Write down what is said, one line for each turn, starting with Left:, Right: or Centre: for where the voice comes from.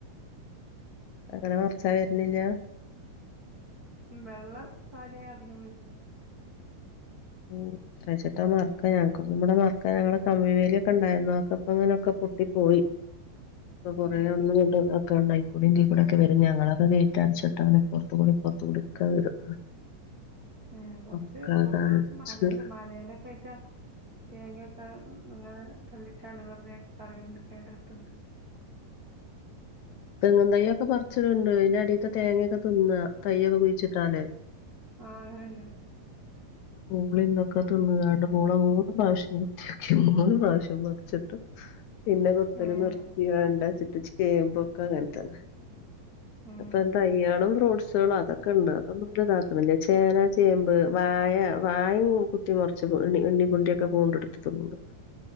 Left: അങ്ങനെ മറച്ച വരുന്നില്ല
Right: വെള്ള സാരിആയ അധികം വരുനില്ല
Left: ഉ് എ ത്രച്ചിട്ട മർക്ക ഞങ്ങക്കൊന്നു പടെ മർക്ക ഞങ്ങളെ കമ്പിവേലി ഒക്കെ ഉണ്ടായിരുന്നു അതൊക്കപ്പ ങ്ങനൊക്കെ പൊട്ടി പോയി പ്പോ കൊറേ
Right: ഉം
Left: അവ്ട്ന്നങ്ങട്ട് അതികൂടെ ഇതികൂടെ ഒക്കെ വരും ഞങ്ങള ഗയിറ്റടച്ചിട്ട് അപ്പറതികൂടീം ഇപ്പറത്തികൂടി ഒക്കെ വരും
Right: ഉം കൊറച്ച്
Left: ഒക്കെ
Right: പൊറത്ത്
Left: കാണിച്ച്
Right: കൊറച്ച് മലുണ്ട് മലയിലക്കെ ആഴട്ടാ തേങ്ങ അ ഇങ്ങനെ തല്ലിട്ടണ്ട് വെറുതെ കളണ്ട് കേട്ടിടതുണ്ട്
Left: തെങ്ങും തയ്യ് ഒക്കെ പറച്ചിടുണ്ട് ഇതിന്റെ അടത്തെ തേങ്ങെക്കെ ഇങ്ങ തയ്യക്കെ കുഴിച്ചിട്ടാൽ
Right: ആ അങ്ങനെണ്ട്
Left: ഗൂഗിളിന്നക്കേ തിന്നുകണ്ട് മോളെ മൂന്ന് പ്രാവശ്യം വിർത്തിയാക്കി മൂന്ന് പ്രാവശ്യം മറിച്ചിട്ട് പിന്നെ കുത്തൽ
Right: ഏഹ്
Left: നിർത്തി വേണ്ടച്ചിട്ട് ചേമ്പോക്കെ അങ്ങന തന്നെ
Right: ഉം
Left: അപ്പൊ തയ്യാളും ഫ്രൂട്ട്സുകളും അതൊക്കെ ഉണ്ട് അതൊന്നും ഇതാക്കുന്നില്ല ചേന ചേമ്പ് വായ വായയും കുത്തി മുറിച്ച് എണ്ണിപ്പുണ്ടിയൊക്കെ പൂണ്ടെടുത്ത് തിന്നുണ്ട്